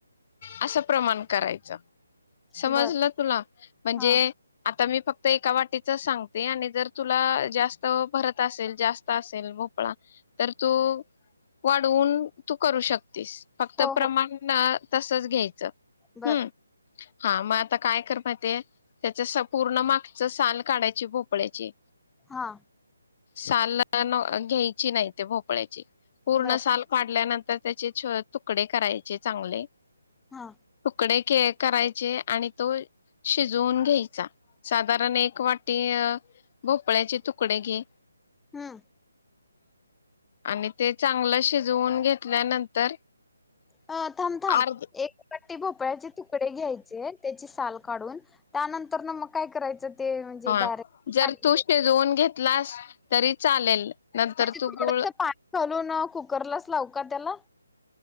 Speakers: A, on the left; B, in the centre.
A: असं प्रमाण करायच. समजलं
B: बर
A: तुला, म्हणजे
B: हा
A: आ तर मी फक्त ते एका वाटीच सांगते आणि जर तुला जास्त भरत असेल जास्त असेल भोपळा तर तू वाढवून तू करू शक तीस फक्त
B: हो
A: प्रमाण तसचं घ्यायचं.
B: बरं.
A: हम्म हा म आता काय कर माहिती आहे त्याच स पूर्ण माग साल काढायची भोपळ्याची
B: हा
A: सालन घ्यायची नाही ते भोपळ्याची. पूर्ण
B: बर
A: साल काढल्यानं तर त्याचे छ तुकडे करायचे चांगले.
B: हा
A: तुकडे के करायचे आणि तो शिजवून घ्यायचा. साधारण एक वाटी अ भोपळ्याचे तुकडे घे
B: हम्म.
A: आणि ते चांगलं शिजवून घेतल्यानंतर
B: अ थांब थांब
A: अर्ध
B: एक वा टी भोपळ्याचे तुकडे घ्यायचे त्याची साल काढून त्यानंतर न मग काय करायचं? ते म्हणजे
A: हा
B: डायरेक्ट
A: जर
B: पाणी
A: तू
B: घालून,
A: शिजवून घेत लास तरी चालेल. नंतर
B: म्हणजे
A: तू
B: थोडस
A: गूळ
B: पाणी घालून कुकरलाच लावू का त्याला?